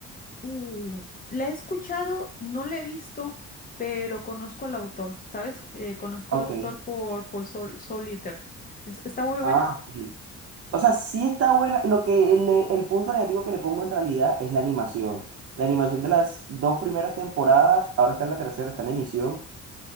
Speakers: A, on the left (about 30°); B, on the right (about 50°).
A: Uh, la he escuchado, no la he visto, pero conozco al autor, ¿sabes? Eh, conozco
B: Ok.
A: al autor por Paul Sol Soliter. Es- Está muy buena.
B: Ah, sí. O sea, sí está buena. Lo que le- el punto negativo que le pongo en realidad es la animación. La animación de las dos primeras temporadas, ahora está en la tercera, está en emisión.